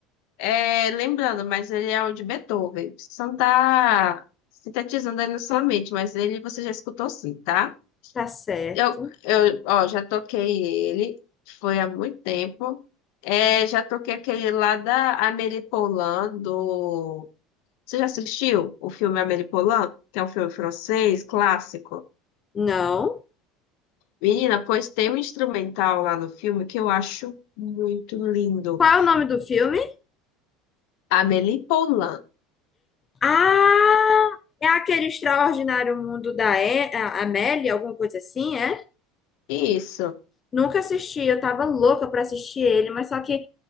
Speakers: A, on the left; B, on the left.
A: é, lembrando, mas ele é o de Beethoven. Você só não tá sintetizando aí na sua mente, mas ele você já escutou sim, tá?
B: Tá certo.
A: Eu, eu, ó, já toquei ele, foi há muito tempo. É, já toquei aquele lá da Amélie Poulain, do... Você já assistiu o filme Amélie Poulain? Que é um filme francês, clássico.
B: Não.
A: Menina, pois tem um instrumental lá no filme que eu acho muito lindo.
B: Qual é o nome do filme?
A: Amélie Poulain.
B: Ah, é aquele Extraordinário Mundo da e a- Amélie, alguma coisa assim, é?
A: Isso.
B: Nunca assisti, eu tava louca pra assistir ele, mas só que